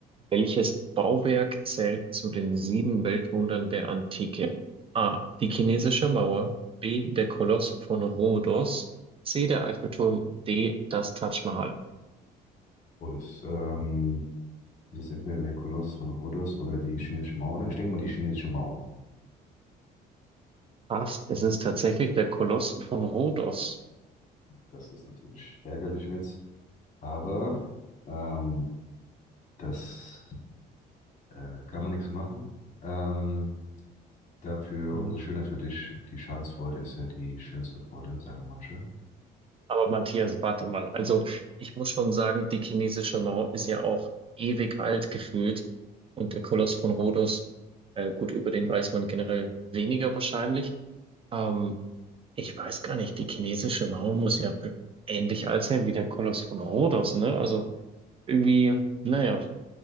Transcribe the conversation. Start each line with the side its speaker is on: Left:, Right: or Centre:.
Right: Welches Bauwerk zählt zu den sieben Weltwundern der Antike? A. Die chinesische Mauer. B. Der Koloss von Rhodos. C. Der Eiffelturm. D. Das Taj Mahal.
Left: Oh, das, ähm, das ist entweder der Koloss von Rhodos oder die chinesische Mauer. Ich denke mal die chinesische Mauer.
Right: Fast, es ist tatsächlich der Koloss von Rhodos.
Left: Das ist natürlich ärgerlich jetzt, aber ähm, das äh, kann man nichts machen. Ähm, dafür
Right: Mhm.
Left: umso schöner für dich. Die Schadensfreude ist ja die schönste Freude, sagen manche.
Right: Aber Matthias, warte mal. Also, ich muss schon sagen, die chinesische Mauer ist ja auch ewig alt gefühlt. Und der Koloss von Rhodos, äh, gut, über den weiß man generell weniger wahrscheinlich. Ähm, Ich weiß gar nicht, die chinesische Mauer muss ja be- ähnlich alt sein wie der Koloss von Rhodos, ne? Also irgendwie, naja,